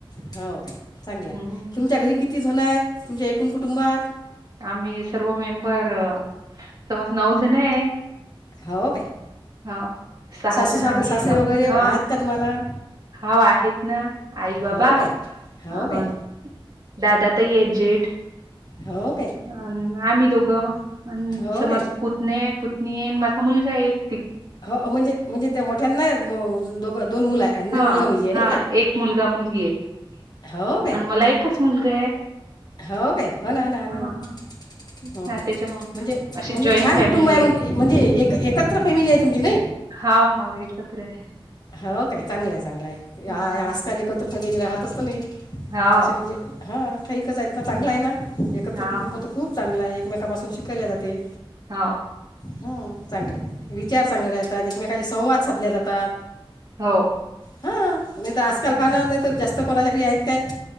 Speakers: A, on the left; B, on the right.
A: हां ओ काे चांगलं आहे.
B: हम्म
A: तुमच्या घरी किती जणं आहेत तुमच्या एकूण कुटुंबात?
B: आम्ही सर्व मेंबर समज नऊजण आहे.
A: हो काय
B: हा सहा
A: सासू
B: जण
A: सासरे
B: आम्ही आहे
A: वगैरे आहेत
B: हा
A: का तुम्हाला?
B: हा आहेत ना आई बाबा
A: हो काय हो
B: अ
A: काय
B: दादा ताई ये जेट
A: हो काय
B: अ आम्ही दोघं अ
A: हो
B: समज
A: काय
B: पुतणेत मी ऐन माझा मुलगा एक.
A: हो म्हणजे म्हणजे त्या मोठ्यांना दोघं दोन मुलं आहे म्हणजे
B: हा
A: मुलगा मुलगी आहे नाही
B: हा एक मुलगा, मुलगी आहे.
A: काय हो काय
B: आणि मला एकच मुलगा आहे.
A: हो काय हो ना हो ना हो
B: हा
A: हो ना
B: तेच
A: ह
B: ना
A: ह
B: त्याच्यामुळ
A: म्हणजे
B: अशी
A: म्हणजे
B: जॉईंट
A: छान
B: फॅमिली
A: कुटुंब आहे मग म्हणजे एक एकत्र फॅमिली आहे. तुमची नाही
B: हा हा एकत्र आहे.
A: हो हो काय चांगलंय चांगलाय
B: हा
A: आजकाल एकत्र फॅमिली राहतच नाही.
B: हाव
A: अशे म्हणजे हा काही कच आहेत ना
B: हम्म
A: चांगला आहे ना एकत्र
B: हा
A: कुटुंब
B: हा
A: तर खूप चांगल आहे. एकमेका पासून शिकल्या जाते.
B: हा
A: हम चांगला आहे विचार चांगले राहतात. एकमेकशी संवाद साधले जातात.
B: हो
A: हा नाही तर आजकाल
B: हम्म
A: पाना नाही तर जास्त कोणाच्या घरी आहेत काय.